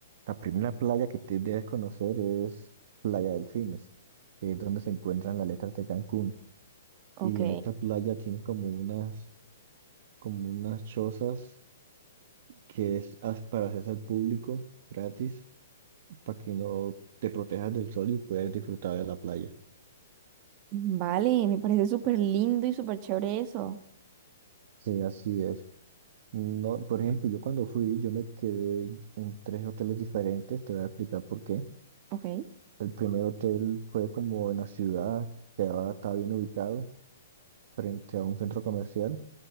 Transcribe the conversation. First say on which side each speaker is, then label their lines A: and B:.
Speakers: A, on the right; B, on the right.
A: la primera playa que te debes conocer es Playa Delfines, que es donde se encuentran las letras de Cancún,
B: Ok.
A: y en esta playa tienen como unas, como unas chozas que es as- para acceso al público gratis, para que no te protejas del sol y puedas disfrutar de la playa.
B: Vale, me parece súper lindo y súper chévere eso.
A: Sí, así es. No, por ejemplo, yo cuando fui, yo me quedé en tres hoteles diferentes, te voy a explicar por qué.
B: Ok.
A: El primer hotel fue como en la ciudad, que ahora está bien ubicado, frente a un centro comercial,